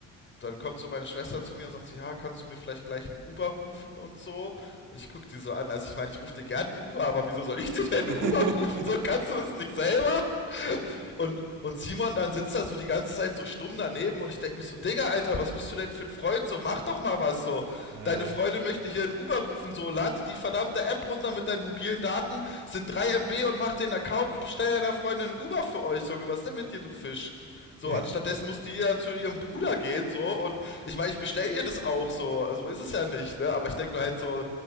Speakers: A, on the left; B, on the right.
A: dann kommt so meine Schwester zu mir und sagt so, ja, kannst du mir vielleicht gleich einen Uber rufen und so? Und ich guck die so an, also ich meine, ich rufe dir gerne einen Uber, aber wieso soll ich dir denn einen
B: <laughs>
A: Uber rufen? So kannst du das nicht selber? Und, und Simon dann sitzt da so die ganze Zeit so stumm daneben und ich denke mir so, Digga, Alter, was bist du denn für ein Freund? So, mach doch mal was so.
B: Naja.
A: Deine Freundin möchte hier einen Uber rufen, so, lade die verdammte App runter mit deinen mobilen Daten, sind drei MB und mach den Account und bestell deiner Freundin einen Uber für euch, Junge, was ist denn mit dir, du Fisch? So,
B: <laughs>
A: anstattdessen musste ihr dann zu ihrem Bruder gehen, so, und ich meine, ich bestell ihr das auch, so, so ist es ja nicht, ne? Aber ich denke mir halt so,